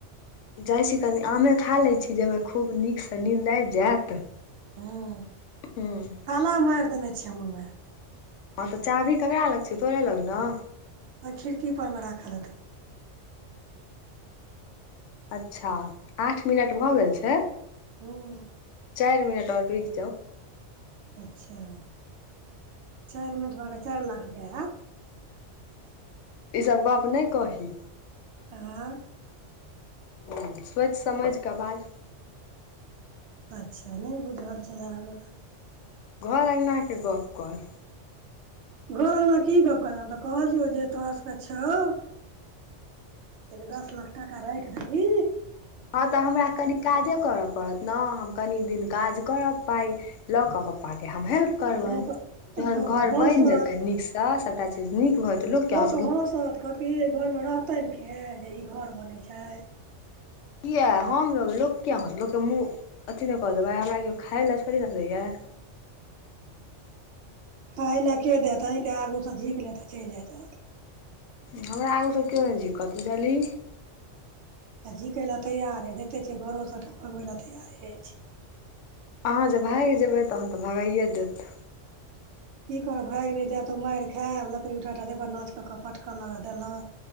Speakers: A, on the left; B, on the right.
A: जाइ छी कनी आमे खा लै छी जइमे खूब नीसँ नींन्द आबि जेएत।
B: हूँ
A: हुं।
B: ताला माएर देने छियै हम ओयमे।
A: हां तऽ चाभी ककरा लग छै? तोरे लग नै?
B: ओय खिड़की ऊपरमे राखल हेतौ।
A: अच्छा आठ मिनट भऽ गेल छै।
B: हूँ।
A: चाएर मिनट और रूक जाउ।
B: अच्छा चाएर मिनटमे अहाँके चाएर लाख रुपया ऐत।
A: ई सब गप नै कही।
B: आँ
A: हूँ सोच समझकेऽ बाज।
B: अच्छा नै बुझल छलै हमरा।
A: घर अँगनाके गप कर।
B: घर अंगना की गप्प करबे हम तऽ कहलियौ जे तोरा सबके छौ। एक दस लाख टाका राएख दही।
A: हां तऽ हमरा कनि काजे करऽ पड़त न हम कनी दिन काज करब, पाइ ल क पप्पा के हम हेल्प करबैन
B: आ लोक लोक
A: जहन घर
B: हँसत
A: ब‌इन जेतै नीक से सबटा चीज नीक भ जेतय लोक किये
B: कहा से ऐत कहत कि इ घरमे रहतैन के जे ई घर बनै छै।
A: किया हम रहबै लोक किया हंसते लोकके मुँह अथी न कऽ देबै, हमरा कियो खाय लए थोड़ी न दै यै।
B: खाय लै के देत? अहिके आगू से झिक लेत अ चैल जायत रहत।
A: हमरा आगू से कियो नै झीकत बुझलहि?
B: आ झीकै ला तैयार ऐ देखते छियै घरो सबटा भगबै ला तैयारे ऐछ।
A: अहाँ जे भाइग जेबै तहन तै भगाइए देत।
B: की करब भाइग नै जैब त माइर खैब, लकड़ी उठा उठा देह पर नाच क क पटका लागत दला